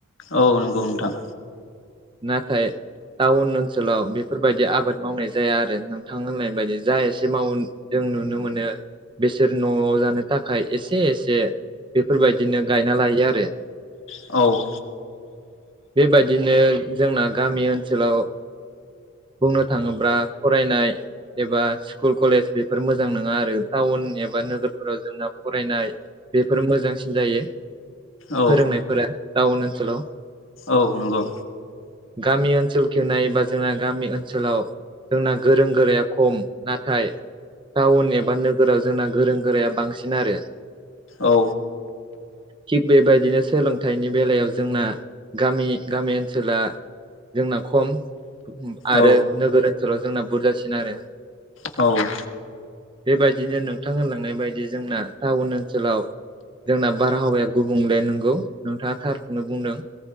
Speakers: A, on the left; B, on the right.
A: औ नंगौ नोंथां
B: नाथाय टाउन ओनसोलाव बेफोरबायदि आबाद मावनाय जाया आरो नोंथां होननाय बायदि जा एसे मावो जों नुनो मोनो। बिसोर न'आव जानो थाखाय एसे एसे बेफोरबायदिनो गायना लायो आरो
A: औ
B: बेबायदिनो जोंना गामि ओनसोलाव बुंनो थाङोब्ला फरायनाय एबा स्कुल कलेज बेफोर मोजां नङा आरो टाउन एबा बा नोगोरफोराव जोंना फरायनाय बेफोर मोजांसिन जायो।
A: औ
B: फोरोंनायफोरा टाउन ओनसोलाव
A: औ नंगौ
B: गामि ओनसोलखौ नायोबा जोंना गामि ओनसोलाव जोंना गोरों गोराया खम नाथाय टाउन एबा नोगोराव जोंना गोरों गोराया बांसिन आरो
A: औ
B: थिग बेबायदिनो सोलोंथाइनि बेलायाव जोंना गामि गामि ओनसोला जोंना खम आरो
A: औ
B: नोगोर ओनसोलाव जोंना बुरजासिन आरो
A: औ
B: बेबायदिनो नोंथां होनलांनाय बायदि जोंना टाउन ओनसोलाव जोंना बारहावाया गुबुंले नंगौ नोंथाङा थारखौनो बुंदों।